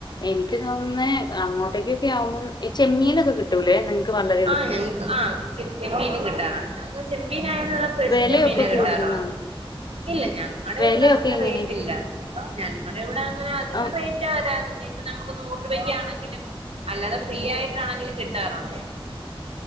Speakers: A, on the left; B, on the right.
A: എനിക്ക് തോന്ന്ന്നേ അങ്ങോട്ടേക്കൊക്കാവുമ്പോം ചെമ്മീനൊക്കെ കിട്ടും ട്ടൂല്ലേ നിൻക്ക് പർഞ്ഞെ
B: ആഹ് ഞങ്ങക്ക് ആഹ് ചെമ്മീനും കിട്ടാറുണ്ട് ഞങ്ങക്ക് ചെമ്പീനായുള്ള ഫ്രഷ്
A: വെലയൊക്കെ
B: ചെമ്മീന കിട്ടാറുള്ളത്
A: കൂടുതലാണ്.
B: ഇല്ല ഞങ്ങളുടെ
A: വെലയൊക്കെ
B: ഇവിടെ അധിക
A: എങ്ങനെയാ?
B: റേറ്റ് ഇല്ല ഞങ്ങളവിടെ അങ്ങനെ അധികം
A: അം
B: റേറ്റ് റ്റ് വരാറില്ല ഇപ്പൊ നമുക്ക് നൂറ് രൂപയ്ക്കാണെങ്കിലും അല്ലാതെ ഫ്രീ ആയിട്ടാണെങ്കിലും കിട്ടാറുണ്ട്